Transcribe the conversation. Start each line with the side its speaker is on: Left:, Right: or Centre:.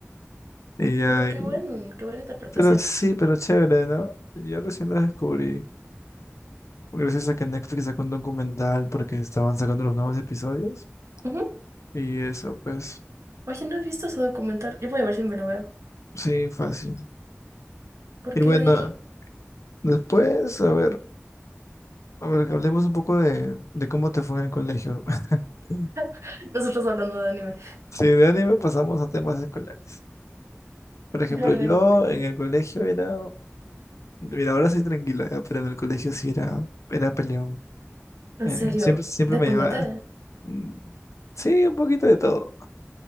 Left: y ya,
Right: Pero qué
Left: y-
Right: buen, qué buena interpretación.
Left: pero sí, pero chévere, ¿no? Yo recién lo descubrí. Gracias a que Netflix sacó un documental porque estaban sacando los nuevos episodios.
Right: Ujú.
Left: Y eso, pues,
Right: Oye, no he visto ese documental. Yo voy a ver si me lo veo.
Left: sí, fácil.
Right: Porque
Left: Y bueno,
Right: de ahí,
Left: después, a ver, a ver, que hablemos un poco de, de cómo te fue en el colegio. <laughs>
Right: <laughs> nosotros hablando de anime.
Left: Sí, de anime pasamos a temas escolares. Por ejemplo,
Right: A ver,
Left: yo
Right: ¿en qué le-
Left: en el colegio era, mira, ahora soy tranquilo, ya, pero en el colegio sí era, era peleón.
Right: en
Left: Eh,
Right: serio,
Left: siempre, siempre
Right: de
Left: me
Right: puñete.
Left: llevaba, mm, sí, un poquito de todo.